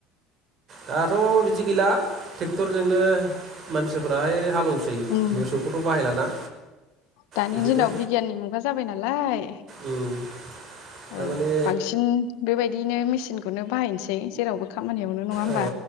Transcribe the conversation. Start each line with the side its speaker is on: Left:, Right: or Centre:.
Right: दाथ' बिदि गैला ट्रेक्टरजोंनो मानसिफोराहाय हालोव सै
Left: उम
Right: मोसौखौथ' बाहायलाना?
Left: दानि
Right: बिदिनो
Left: दिनाव बिगियाननि मुगा जाबाय नालाय
Right: उम दामाने
Left: औ, बांसिन बेबाय बिदिनो मेसिनखौनो बाहायनोसै जेरावबो खामानियावनो नङा होमबा?
Right: औ